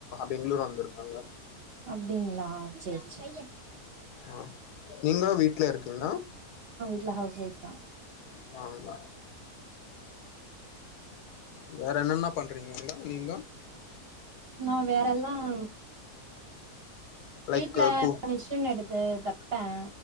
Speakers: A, on the left; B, on the right.
A: பெங்ளூர் வந்து இருக்காங்க
B: அப்டிங்களா சேரி சேரி
A: ஆ நீங்களும் வீட்ல இருக்கீங்க
B: இல்ல ஹவுஸ் ஒய்ஃப் தான்
A: வாங்க வேற என்னென்ன பண்றீங்க இங்க நீங்க
B: நான் வேறெல்லாம்
A: லைக்
B: வீட்ல
A: கூ
B: மிஷின் இருக்கு அதேதா தப்பேன்